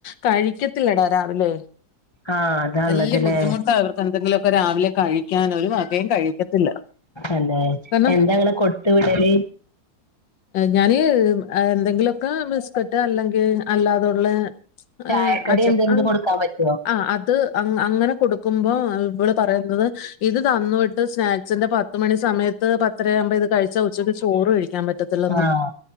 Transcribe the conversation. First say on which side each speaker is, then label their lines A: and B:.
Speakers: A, on the left; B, on the left.
A: കഴിക്കത്തില്ലടാ രാവിലെ
B: ആഹ് അതാള്ളതില്ലേ
A: വല്യ ബുദ്ധിമുട്ടാ അവർക്കെന്തെങ്കിലൊക്കെ രാവിലെ കഴിക്കനൊരു അതികം കഴിക്കത്തില്ല
B: അല്ലെ
A: എന്തെന്ന്
B: എന്താ ഇങ്ങള് കൊടുത്ത് വിടല്
A: ഞാന് എന്തെങ്കിലൊക്കെ ബിസ്ക്കറ്റ് അല്ലെങ്കിൽ അല്ലാതുള്ള
B: ചായക്കടി
A: ഏ അഛ
B: എന്തെങ്കിലും
A: <unintelligible>
B: കൊടുക്കാൻ പറ്റുവോ
A: ആ അത് ത് അങ്ങനെ കൊടുക്കുമ്പോ ഇവള് പറയുന്നത് ഇത് തന്നു വിട്ട് സ്നാക്സിന്റെ പ പത്ത് മണി സമയത്ത് പത്തരയാകുമ്പോ ഇത് കഴിച്ച ഉച്ചയ്ക്ക് ചോറ് കഴിക്കാൻ പ റ്റത്തില്ലന്ന്
B: ആഹ്